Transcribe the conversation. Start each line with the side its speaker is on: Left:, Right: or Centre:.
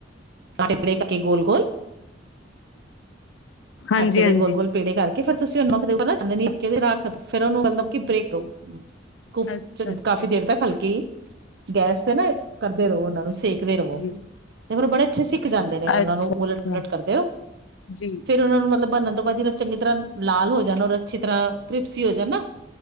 Right: ਸਾਰੇ ਪੇੜੈ ਕਰਕੇ ਗੋਲ-ਗੋਲ,
Left: ਹਾਂਜੀ
Right: ਆਟੇ ਦੇ
Left: ਹਾਂਜੀ
Right: ਗੋਲ-ਗੋਲ ਪੇੜੇ ਕਰਕੇ ਕਿ ਫੇਰ ਤੁਸੀਂ ਉਹਨੂੰ ਰੱਖ ਦਿਓ ਨਾ ਛਾਨਣੀ ਚ ਰੱਖ ਫਿਰ ਉਹਨੂੰ ਮਤਲਬ ਕਿ ਬ੍ਰੇਕ ਦਿਓ। ਕੁਫ
Left: ਅੱਛਾ ਅੱਛਾ
Right: ਕਾਫ਼ੀ ਦੇਰ ਤੱਕ ਹਲਕੀ ਗੈਸ ਤੇ ਨਾ ਕਰਦੇ ਰਹੋ ਉਹਨਾਂ ਨੂੰ ਸੇਕ ਦੇ ਰਵੋ।
Left: ਜੀ
Right: ਮਗਰੋਂ ਬੜੇ <unintelligible> ਜਾਂਦੇ ਨੇ ਉਹਨਾਂ
Left: ਅੱਛਾ
Right: ਨੂੰ
Left: ਅੱਛਾ
Right: ਉਲਟ ਪਲਟ ਕਰਦੇ ਹੋ
Left: ਜੀ
Right: ਫੇਰ ਉਹਨਾਂ ਨੂੰ ਮਤਲਬ ਬਣਨ ਤੋਂ ਬਾਅਦ ਜਦੋ ਚੰਗੀ ਤਰ੍ਹਾਂ ਲਾਲ ਹੋ ਜਾਣ ਔਰ ਅੱਛੀ ਤਰ੍ਹਾਂ ਕ੍ਰਿਪਸੀ ਹੋ ਜਾਣ ਨਾ